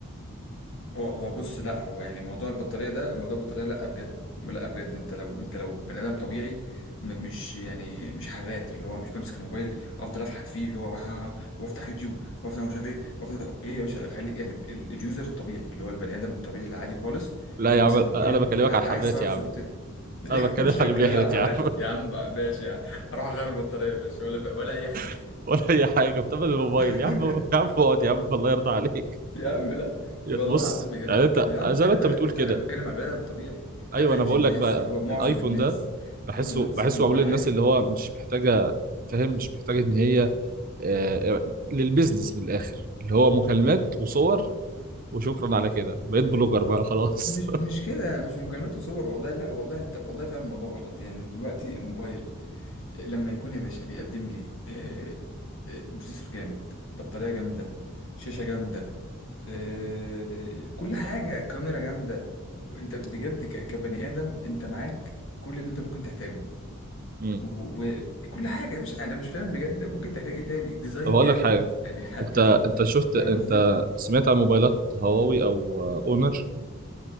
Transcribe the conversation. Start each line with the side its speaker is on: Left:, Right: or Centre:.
Left: هو هو بص لا هو يعني موضوع البطارية ده موضوع البطارية لا بجد لا بجد أنت لو أنت لو بني آدم طبيعي م- مش يعني مش حرات اللي هو مش بمسك الموبايل أفضل أفحت فيه اللي هو واه- وأفتح يوتيوب وأفتح مش عارف إيه وأفتح إيه يا باشا خلي يعني ال- اليوزر الطبيعي اللي هو البني آدم الطبيعي العادي خالص
Right: لا
Left: اللي هو
Right: يا
Left: بيمسك
Right: عم
Left: الموبايل
Right: انا بكلمك
Left: ع-
Right: على الحرات
Left: عايز صور
Right: يا
Left: صورتين
Right: عم
Left: <laughs> انت
Right: انا بتكلم
Left: بتتكلمني
Right: على اللي بيحرت
Left: على حرات
Right: يا عم
Left: يا عم بقى ماشي يعني هروح اغير البطاريه يا باشا ولا ولا اي حاجه
Right: <laughs> ولا اي حاجه بتعمل الموبايل
Left: <laughs>
Right: يا عم يا عم اقعد يا عم الله يرضى عليك
Left: يا عم لا والله
Right: بص
Left: العظيم بجد
Right: يعني انت
Left: يا عم
Right: زي
Left: انا
Right: ما انت
Left: بقى
Right: بتقول كده
Left: انا بتكلم على بني ادم طبيعي
Right: ايوه
Left: افريج
Right: انا بقول
Left: الناس
Right: لك بقى
Left: اللي هو معظم
Right: الايفون
Left: الناس
Right: ده بحسه
Left: معظم الناس بتستخدم
Right: بحسه
Left: الموبايل
Right: معمول للناس
Left: عادي
Right: اللي هو مش محتاجه فاهم مش محتاجه ان هي آه، للبيزنس من الاخر اللي هو مكالمات وصور وشكرا على كده بقيت بلوجر بقى خلاص
Left: مش مش كده مش مكالمات وصور والله لا والله انت والله فاهم الموضوع غلط يعني دلوقتي الموبايل لما يكون يا باشا بيقدم لي آه، آه، بروسيسور جامد بطارية جامدة شاشة جامدة آه، كل حاجة كاميرا جامدة ك- انت بجد ك- كبني آدم انت معاك كل اللي انت ممكن تحتاجه
Right: <laughs> امم
Left: وكل حاجة مش انا مش فاهم بجد ممكن تحتاج ايه تاني ديزاين
Right: طب هقول
Left: جامد
Right: لك حاجه
Left: يعني حتى
Right: انت
Left: دي
Right: انت شفت انت
Left: فاهم قصدي
Right: سمعت عن موبايلات هواوي او آه، اونر